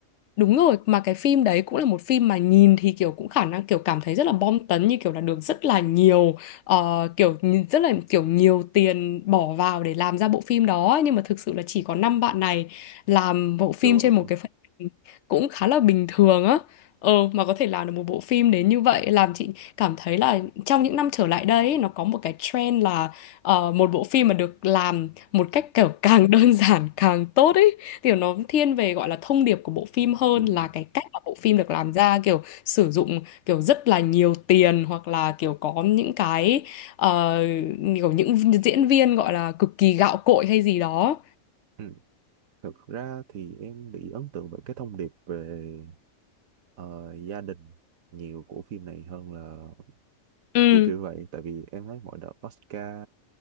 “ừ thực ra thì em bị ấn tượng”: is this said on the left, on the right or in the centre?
Right